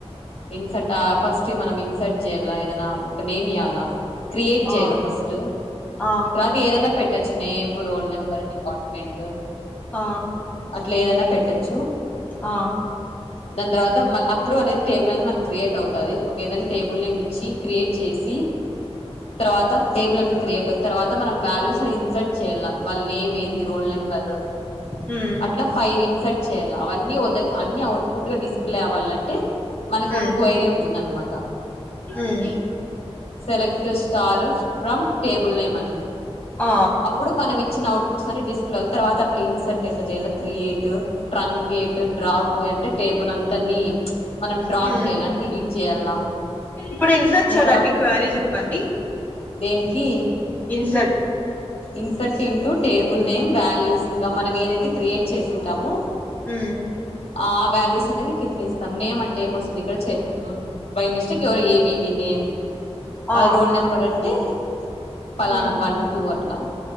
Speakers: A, on the left; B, on the left.
A: ఇన్సర్ట్ ఆ ఫస్ట్ ఎ మనం ఇన్సర్ట్ చేయ్యాల ఏదైనా ఒక నేమ్ ఇయ్యాలా క్రియేట్
B: ఆ
A: చేయాల ఫస్ట్
B: ఆ
A: తర్వాత ఏదైన్నా పెట్ట ట్టచ్చు నేమ్ రోల్ నెంబర్ డిపార్ట్మెంట్
B: ఆ
A: అట్లా ఏదన్నా పెట్టచ్చు
B: ఆ
A: దాని తర్వాత మల్ అప్పుడు అనేది టేబుల్ అనేది మనకి క్రియేట్ అవుతది ఒకేదంటే టేబుల్ నేమ్ ఇచ్చి క్రియేట్ చేసి తర్వాత టేబుల్ అనేది క్రియేటు తర్వాత మనం వాల్యూస్ అని ఇన్సర్ట్ చేయాల వాళ్ళ నేమ్ ఏంది రోల్ నెంబరు
B: మ్
A: అట్లా ఫైవ్ ఇన్సర్ట్ చేయాలి అవన్నీద అన్ని అవుట్ పట్ గా డిస్ప్లే అవ్వాలంటే మనకు
B: హ్మ్
A: ఒటి క్వైరీ ఉంటుందన్నమాట
B: హ్మ్
A: select star from table name అని
B: ఆ
A: అప్పుడు మనం ఇచ్చిన అవుట్ పుట్స్ అని డిస్ప్లే తర్వాత అట్లా ఇన్సర్ట్ ఎట్లా చేయాలి క్రియేట్ ట్రంకేట్ డ్రాప్ అంటే టేబుల్ అంతరిని మనం డ్రాప్
B: హ్మ్
A: చేయాల డిలీట్ చేయాల
B: ఇప్పుడు ఇన్సెర్చ్ చేయడానికి
A: తర్వా
B: క్వరీ చెప్పండి
A: దేనికి
B: insert
A: insert into table name values ఇంగా మనం ఏదైతే క్రియేట్ చేసింటామో
B: మ్
A: ఆ వాల్యూస్ అనేది కింద ఇస్తాం నేమ్ అంటే ఏమ వస్తుంది ఇక్కడ చే మ్ బై మిస్టేక్, యువర్ ఏ బీబీ నేమ్ వాళ్ల
B: ఆ
A: రోల్ నెంబర్, అంటే ఫలానా,
B: హ్మ్
A: వన్, టూ అట్లా